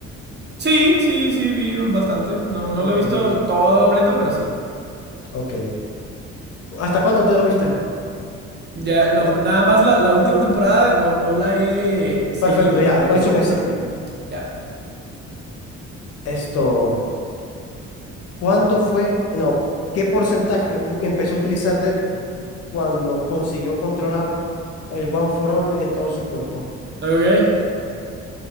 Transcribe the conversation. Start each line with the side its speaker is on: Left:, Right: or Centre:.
Right: Sí, sí, sí, vi bastante. No, no
Left: Ok,
Right: lo he visto todo completo, pero sí.
Left: ok. ¿Hasta cuándo te lo viste?
Right: Ya, no,
Left: Hasta-
Right: nada más la, la última temporada no, no la he seguido,
Left: Perfecto, ya,
Right: pero
Left: con
Right: sí,
Left: eso
Right: ajá,
Left: me sirve.
Right: ya.
Left: Esto, ¿cuándo fue? No, ¿qué porcentaje u- empezó a utilizar Deku cuando consiguió controlar el One for All en todo su cuerpo?
Right: Ok,